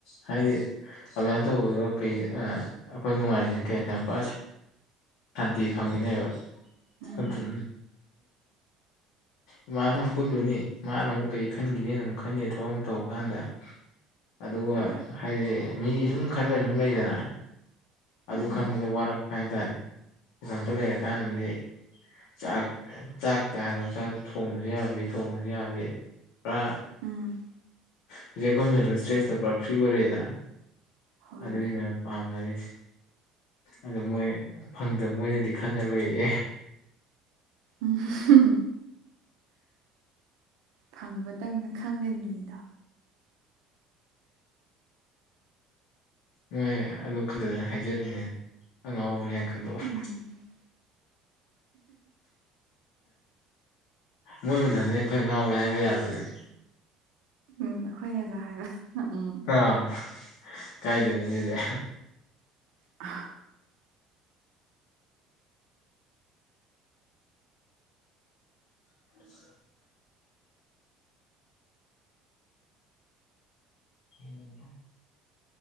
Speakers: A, on the left; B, on the right.
A: ꯍꯥꯏꯗꯤ ꯑꯗꯨꯃꯥꯏꯅ ꯇꯧꯕꯗꯣ ꯀꯩ ꯑꯩꯈꯣꯏ ꯅꯨꯡꯉꯥꯏꯁꯤꯅ ꯀꯦꯄꯥꯁꯤ ꯁꯥꯟꯇꯤ ꯐꯪꯉꯤꯅꯦꯕꯠꯇ
B: ꯎꯝ
A: ꯏꯃꯅ ꯑꯃꯨꯛ ꯄꯨꯜꯂꯨꯅꯤ ꯃꯥꯅ ꯑꯃꯨꯛ ꯀꯔꯤ ꯈꯟꯈꯤꯅꯤꯅ ꯑꯃꯨꯛ ꯈꯟꯅꯤ ꯊꯕꯛ ꯇꯧꯔ ꯀꯥꯟꯗ ꯑꯗꯨꯒ
B: ꯍꯣꯏ
A: ꯍꯥꯏꯗꯤ ꯃꯤ ꯁꯨꯝ ꯈꯜꯂ ꯁꯨꯝ ꯂꯩꯗꯅ ꯑꯗꯨ
B: ꯎꯝ
A: ꯈꯟꯕꯗꯣ ꯋꯥꯔꯛꯄ ꯍꯥꯏꯇꯥꯥꯔꯦ ꯀꯣꯝꯇ ꯂꯩꯔꯀꯥꯟꯗꯗꯤ ꯆꯥꯛ ꯆꯥꯛꯇ ꯍꯥꯏ ꯆꯥꯛꯇ ꯊꯣꯡꯕꯁꯨ ꯌꯥꯕꯤ ꯊꯣꯡꯕꯁꯨ ꯌꯥꯕꯤ ꯄꯨꯔꯥ
B: ꯑꯝ
A: ꯍꯧꯖꯤꯛ ꯑꯩꯈꯣꯏ ꯃꯦꯟꯇꯦꯜ ꯏꯁꯇ꯭ꯔꯦꯁꯇꯣ ꯄꯨꯔꯥ ꯐ꯭ꯔꯤ ꯑꯣꯏꯔꯛꯑꯦꯗꯅ
B: ꯍꯣꯏ
A: ꯑꯗꯨꯒꯤꯅꯦ ꯄꯥꯝꯃꯦ ꯔꯤ ꯑꯗ ꯃꯣꯏ ꯐꯪꯗꯕ ꯃꯣꯏꯅꯗꯤ ꯈꯪꯉꯔꯣꯏ ꯑꯦ
B: ꯎꯝ ꯐꯪꯕꯇꯪꯅ ꯈꯪꯒꯅꯤꯗꯣ
A: ꯅꯣꯏ ꯑꯗꯨ ꯈꯛꯇꯗꯅ ꯍꯥꯏꯖꯔꯤꯅꯦ ꯑꯉꯥꯎꯕꯅꯦꯅ ꯈꯟꯗꯣꯛꯑꯣ
B: ꯎꯝ
A: ꯃꯣꯏ ꯃꯊꯅꯤ ꯑꯩꯈꯣꯏ ꯉꯥꯎꯋꯦ ꯍꯥꯏꯕ ꯌꯥꯗꯣꯏꯅꯦ
B: ꯎꯝ ꯑꯩꯈꯣꯏꯅꯁꯨ ꯍꯥꯏꯕ ꯎꯝ
A: ꯑꯥ ꯀꯥꯏꯗꯦꯅꯦ ꯏꯗꯦ
B: ꯑ
A: <inaudible> ꯎꯗ